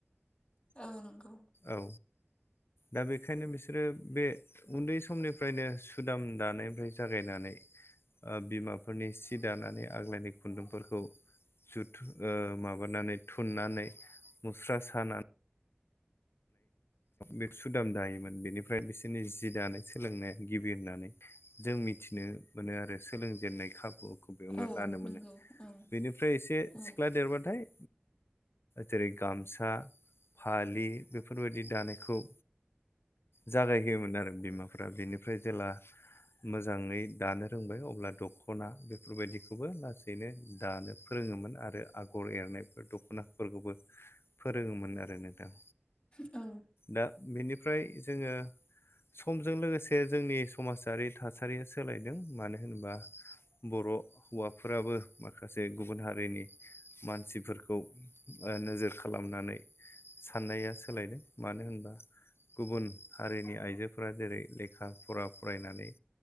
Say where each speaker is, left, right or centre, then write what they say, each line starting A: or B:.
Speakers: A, on the left; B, on the left.
A: औ नंगौ
B: औ दा बेखायनो बिसोरो बे उन्दै समनिफ्रायनो सुदाम दानायनिफ्राय जागायनानै। बिमाफोरनि सि दानानै आग्लायनि खुन्दुंफोरखौ जुथु माबानानै थुननानै मुस्रा सानानै। बे सुदाम दायोमोन बेनिफ्राय बिसोरनि जि दानाय सोलोंनाया गिबि होननानै। जों मिथिनो मोनो आरो सोलोंजेननाय खाबुखौ बेयावनो
A: औ
B: लानो
A: नंगौ
B: मोनो।
A: औ
B: बेनिफ्राय एसे
A: औ
B: सिख्ला देरबाथाय जेरै गामसा फालि बेफोरबायदि दानायखौ जागायहोयोमोन आरो बिमाफोरा बिनिफ्राय जेला मोजाङै दानो रोंबाय अब्ला दख'ना बेफोरबायदिखौबो लासैनो दानो। फोरोङोमोन आरो आगर एरनायफोर दख'नाफोरखौबो फोरोङोमोन आरो न दा
A: औ।
B: दा बिनिफ्राय जोङो। समजों लोगोसे जोंनि समाजारि थासारिया सोलायदों मानो होनोबा। बर' हौवाफोराबो माखासे गुबुन हारिनि मानसिफोरखौ नोजोर खालामनानै साननाया स सोलायदों मानो होनबा गुबुन हारिनि आइजोफोरा जेरै लेखा फरा फरायनानै।